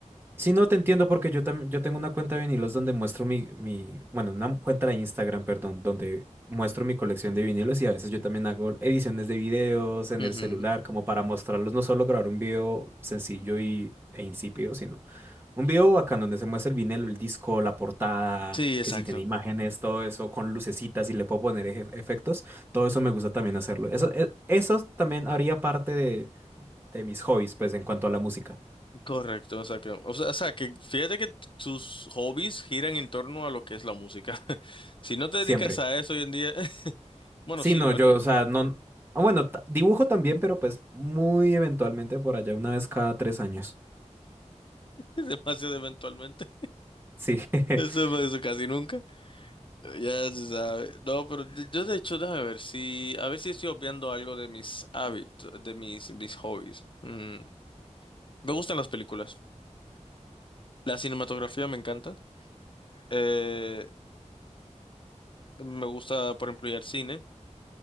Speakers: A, on the right; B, on the left.
A: Sí, no te entiendo porque yo también yo tengo una cuenta de vinilos donde muestro mi, mi, bueno, una cuenta de Instagram, perdón, donde muestro mi colección de vinilos y a veces yo también hago ediciones de videos en
B: Ujú.
A: el celular como para mostrarlos, no solo grabar un video sencillo y, e insípido, sino un video bacán donde se muestra el vinilo, el disco, la portada,
B: Sí, exacto.
A: que si tiene imágenes, todo eso con lucecitas y le puedo poner eje- efectos, todo eso me gusta también hacerlo. Eso, e- eso también haría parte de, de mis hobbies, pues en cuanto a la música,
B: Correcto, o sea que, o sea, o sea que fíjate que tus hobbies giran en torno a lo que es la música. <laughs> Si no te dedicas
A: siempre.
B: a eso hoy en día, <laughs> bueno,
A: Sí,
B: sí,
A: no,
B: en parte,
A: yo, o sea, no. ah, Bueno, ta- dibujo también, pero pues muy eventualmente por allá, una vez cada tres años.
B: <laughs> demasiado eventualmente.
A: Sí. <laughs>
B: Eso, eso casi nunca. Ya se sabe. No, pero de- yo de hecho, déjame ver si, a ver si estoy obviando algo de mis hábitos, de mis, mis hobbies. Mm, Me gustan las películas. La cinematografía me encanta. Eh, me gusta, por ejemplo, ir al cine.